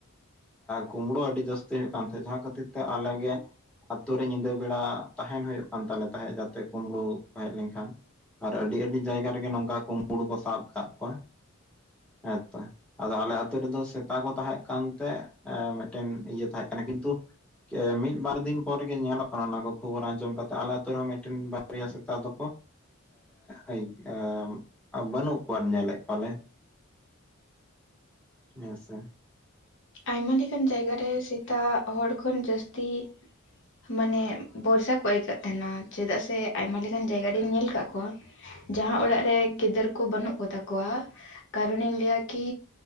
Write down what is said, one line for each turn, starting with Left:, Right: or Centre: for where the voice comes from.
Centre: ᱠᱩᱢᱵᱽᱲᱳ ᱟᱹᱰᱤ ᱡᱟᱹᱥᱛᱤ ᱦᱩᱭᱩᱜ ᱠᱟᱱ ᱛᱟᱦᱮᱸᱱ ᱡᱟᱦᱟᱸ ᱠᱷᱟᱹᱛᱤᱨ ᱛᱮ ᱟᱞᱮ ᱜᱮ ᱟᱛᱳ ᱨᱮ ᱧᱤᱫᱟᱹ ᱵᱮᱲᱟ ᱛᱟᱦᱮᱱ ᱦᱩᱭᱩᱜ ᱠᱟᱱ ᱛᱟᱞᱮ ᱛᱟᱦᱮᱸᱫ᱾ᱡᱟᱛᱮ ᱠᱩᱢᱵᱽᱲᱩ ᱠᱚ ᱦᱮᱡ ᱞᱮᱱᱠᱷᱟᱱ ᱟᱨ ᱟᱹᱰᱤ ᱟᱹᱰᱤ ᱡᱟᱭᱜᱟ ᱨᱮᱜᱮ ᱱᱚᱝᱠᱟ ᱠᱚᱢᱩᱲᱩ ᱠᱚ ᱥᱟᱵ ᱟᱠᱟᱫ ᱠᱚᱣᱟ᱾ ᱦᱮᱸ ᱛᱚ᱾ ᱟᱫᱚ ᱟᱞᱮ ᱟᱛᱳ ᱨᱮᱫᱚ ᱥᱮᱛᱟ ᱠᱚ ᱛᱟᱦᱮᱸ ᱠᱟᱱ ᱛᱮ ᱢᱤᱫᱴᱮᱱ ᱤᱭᱟᱹ ᱛᱟᱦᱮᱸ ᱠᱟᱱᱟ ᱠᱤᱱᱛᱩ ᱢᱤᱫ ᱵᱟᱨ ᱫᱤᱱ ᱯᱚᱨ ᱜᱮ ᱧᱮᱞᱚᱜ ᱠᱟᱱᱟ ᱚᱱᱟ ᱠᱚ ᱠᱷᱚᱵᱚᱨ ᱟᱸᱡᱚᱢ ᱠᱟᱛᱮ ᱟᱞᱮ ᱟᱹᱛᱩ ᱨᱮᱦᱚᱸ ᱢᱤᱫᱴᱮᱱ ᱵᱟᱨᱭᱟ ᱥᱮᱛᱟ ᱫᱚᱠᱚ ᱮᱸᱜ ᱵᱟᱹᱱᱩᱜ ᱠᱚᱣᱟ ᱧᱮᱞᱮᱫ ᱠᱚᱣᱟᱞᱮ ᱦᱮᱸ ᱥᱮ
Left: ᱟᱭᱢᱟ ᱞᱮᱠᱟᱱ ᱡᱟᱭᱜᱟᱨᱮ ᱥᱮᱛᱟᱜ ᱦᱚᱲ ᱠᱷᱚᱱ ᱡᱟᱹᱥᱛᱤ ᱢᱟᱱᱮ ᱵᱚᱨᱥᱟ ᱠᱚ ᱟᱹᱭᱠᱟᱹᱜ ᱛᱟᱦᱮᱱᱟ᱾ ᱪᱮᱫᱟᱜ ᱥᱮ ᱟᱭᱢᱟ ᱞᱮᱠᱟᱱ ᱡᱟᱭᱜᱟ ᱨᱤᱧ ᱧᱮᱞ ᱟᱠᱟᱫ ᱠᱚᱣᱟ ᱡᱟᱦᱟᱸ ᱚᱲᱟᱜ ᱨᱮ ᱜᱤᱫᱟᱹᱨ ᱠᱚ ᱵᱟᱹᱱᱩᱜ ᱠᱚᱛᱟ ᱠᱚᱣᱟ ᱠᱟᱨᱚᱱᱤᱧ ᱞᱮᱭᱟ ᱠᱤ